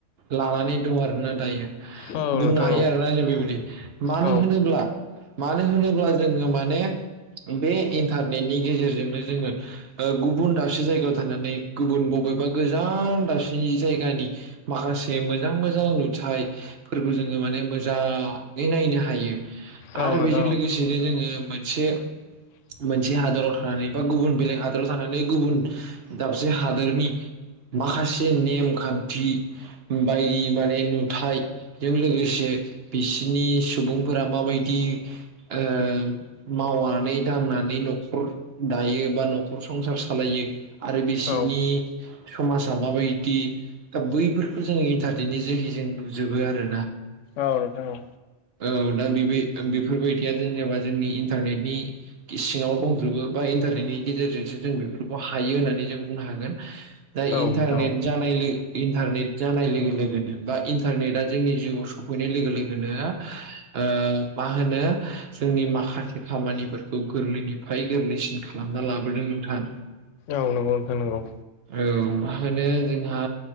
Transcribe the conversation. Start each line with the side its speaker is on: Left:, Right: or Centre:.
Right: लानानै दं आरोना दायो
Left: औ
Right: बुंनो
Left: नोंथां
Right: हायो
Left: औ
Right: आरोना जों बेबायदि मानो
Left: औ
Right: होनोब्ला मानो होनोब्ला जोङो माने बे इनटारनेटनि गेजेरजोंनो जोङो ओ गुबुन दाबसे जाय थानानै गुबुन बबेबा गोजान दाबसेनि जायगानि माखासे मोजां मोजां नुथाफोरखौ जोङो माने मोजां नायनो हायो
Left: औ
Right: आरो
Left: नोंथां
Right: बेजों
Left: औ
Right: लोगोसेनो जोङो मोनसे
Left: <inaudible>
Right: मोनसे हादराव थानानै बा गुबुन बेलेग हादराव थानानै गुबुन दाबसे हादोरनि माखासे नेमखान्थि बायदि माने नुथाय जों लोगोसे बिसिनि सुबुंफोरा माबायदि ओ माव मावनानै दांनानै न'खर दायो बा न'खर संसार सालायो आरो बिसिनि
Left: औ
Right: समाजा माबायदि दा बैफोरखौ जो इन्टार नि जोहै जों नुजोबो आरो
Left: औ नोंथां औ
Right: औ दा बेबाइ बेफोरबायदिया जेनेबा जोंनि इन्टारनेटनि सिङाव दंजोबो बा इन्थारनेटनि गेजेरजों जों बेफोरखौ हायो होननानै जों बुंनो हागोन दा
Left: औ
Right: इनथारनेट
Left: नोंथां औ
Right: जानाय लोगो इनथारनेट जानाय लोगो लोगोनो बा इनथारनेटा जोंनि जिउआव सफैनाय लोगो लोगोनो ओ मा होनो जोंनि माखासे खामानिफोरखौ गोरलैनिफ्राय गोरलैसिन खालामना लाबोदों नोंथां।
Left: औ नंगौ नोंथां नोंगौ
Right: औ मा होनो जोंहा